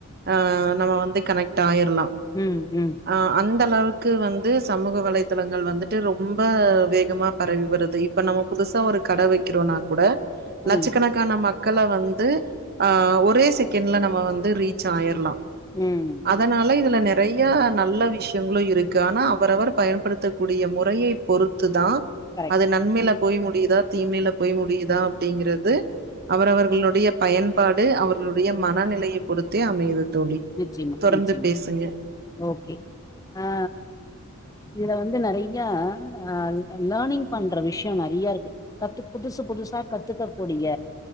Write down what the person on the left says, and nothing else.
ம் ம்
ம்
ம்
கரெக்ட்
நிச்சியமா
நிச்சியமா
ஓகே ஆ இதுல வந்து நெறைய ஆ லேர்னிங் பண்ற விஷயோ நெறைய இருக்கு கத்து புதுசு புதுசா கத்துக்கக்க கூடிய